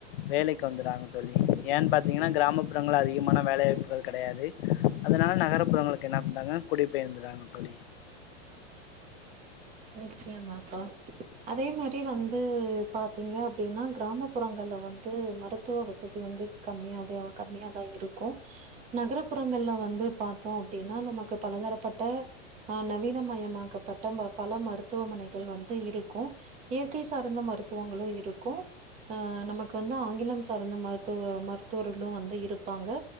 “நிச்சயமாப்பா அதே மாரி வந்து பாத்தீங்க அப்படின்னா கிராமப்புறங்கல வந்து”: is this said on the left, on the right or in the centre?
Right